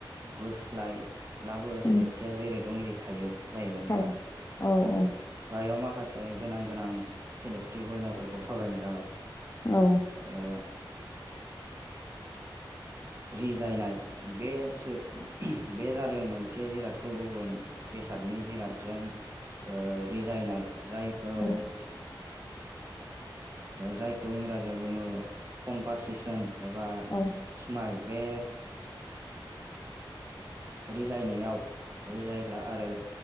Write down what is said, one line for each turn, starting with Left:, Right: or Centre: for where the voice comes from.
Right: बोस्लायब्लाबो
Left: उम
Right: सोदोबथिया जेरै दं एरै थायो। जाहैबाय नोंथां
Left: थायो
Right: ओम
Left: औ
Right: गाहायाव माखासे माखासे गोनां गोनां सोदोबथि गहेनाफोरखौ सावरायनाय जाबाय।
Left: औ
Right: ओ रिजायनाय बे सो बे जादों मोनसे जिरादखौ गुबुन बे बेसादनि जिरादजों ओ रिजायनाय जायखौ ओ
Left: औ
Right: जायखौ इंराजिया बुङो कम्पारसिसन एबा
Left: औ
Right: सिमाइल। बे रिजायनायाव रिजायग्रा आरो